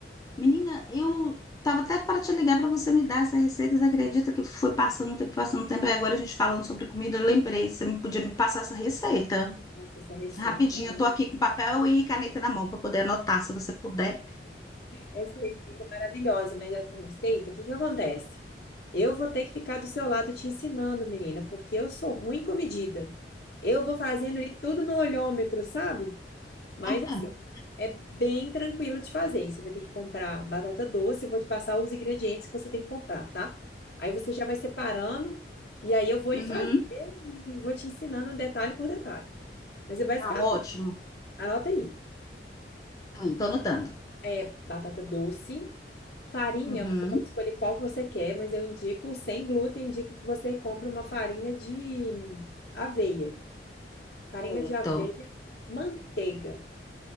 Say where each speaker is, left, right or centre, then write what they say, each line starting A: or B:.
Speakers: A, on the left; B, on the left.
A: Menina, eu tava até para te ligar para você me dar essa receita, você acredita que foi passando o tempo, passando o tempo, e agora a gente falando sobre comida, eu lembrei, você me podia me passar essa receita.
B: Nossa, essa receita,
A: Rapidinho,
B: é
A: eu tô aqui com papel e caneta na mão para poder anotar, se você puder.
B: essa receita é maravilhosa, mas essa receita, o que que acontece? Eu vou ter que ficar do seu lado te ensinando, menina, porque eu sou ruim com medida. Eu vou fazendo ali tudo no olhômetro, sabe? Mas
A: <laughs>
B: assim, é bem tranquilo de fazer. Você vai ter que comprar batata doce, eu vou te passar os ingredientes que você tem que comprar, tá? Aí você já vai separando e aí eu vou ir
A: Uhum.
B: fazer e vou te ensinando detalhe por detalhe. Mas é basicamente,
A: Ah, ótimo.
B: anota aí.
A: Estou anotando.
B: É batata doce, Farinha,
A: Uhum.
B: você pode escolher qual que você quer, mas eu indico sem glúten, indico que você compre uma farinha de aveia. Farinha
A: Certo.
B: de aveia, manteiga